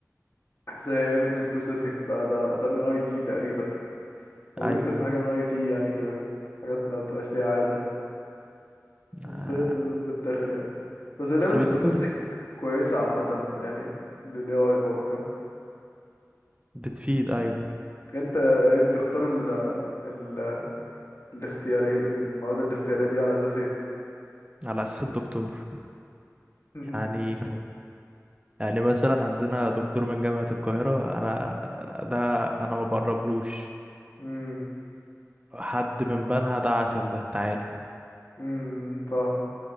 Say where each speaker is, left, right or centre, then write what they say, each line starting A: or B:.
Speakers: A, on the left; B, on the right.
A: زي ايمج بروسيسنج بقى ده ده من اي تي تقريبا واخدين
B: ايوه
A: كذا حاجة من اي تي يعني كده حاجات ما بتبقاش ليها عايزة بس
B: آه،
A: هي اللي لازم تتاخد يعني بس الايمج
B: بس بتزود
A: بروسيسنج كويسة عامة يعني للاي اي برضه يعني
B: بتفيد ايوه
A: انت ايه بتختار ال ال الاختياري المواد الاختيارية دي على اساس ايه
B: على اساس الدكتور
A: <laughs>
B: يعني يعني مثلا عندنا دكتور من جامعة القاهرة انا ده انا ما بقربلوش
A: امم
B: حد من بنها ده عسل ده تعالى
A: امم فاهمة